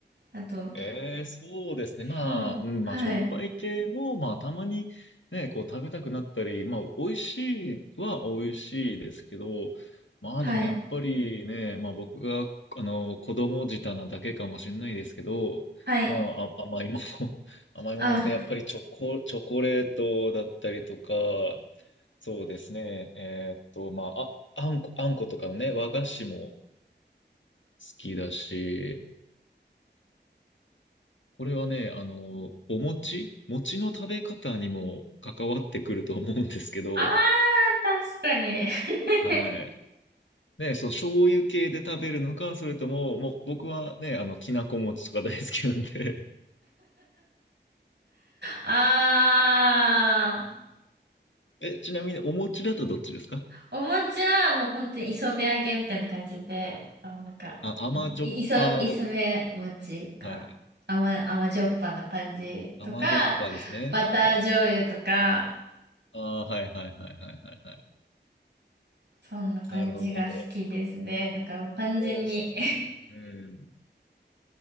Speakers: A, on the right; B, on the left.
A: あと、
B: ええ、そうですね。まあ、
A: うん、
B: うん、
A: はい、
B: まあ、しょっぱい系も、まあ、たまにね、こう、食べたくなったり、まあ、美味しいは美味しいですけど、まあ、
A: はい、
B: でもやっぱりね、まあ、僕が、あの、子供舌なだけかもしれないですけど、
A: はい、
B: まあ、あ、甘いもの、<laughs> 甘いものですね。
A: あ、
B: やっぱりチョコ、チョコレートだったりとか、そうですね。えーっと、まあ、あ、あんこ、あんことかのね、和菓子も好きだし、これはね、あの、お餅、餅の食べ方にも関わってくると思うんですけど、
A: あー、確かに。<laughs>
B: はい。ね、そう醤油系で食べるのか、それとも、もう僕はね、あの、きなこ餅とか大好きなんで
A: あー。
B: <laughs> え、ちなみにお餅だとどっちですか
A: お餅はもう本当に磯辺揚げみたいな感じで、あの、なんか、
B: あ、甘じょっぱ、
A: い、磯、磯辺餅か。
B: はい。
A: 甘、甘じょっぱな感じとか、
B: 甘じょっぱですね。
A: バター醤油とか、
B: はい。ああ、はいはいはいはいはいはい。
A: そんな感じが好きですね。
B: なるほど、なるほど。
A: だからもう完全に
B: そうっすね。うん。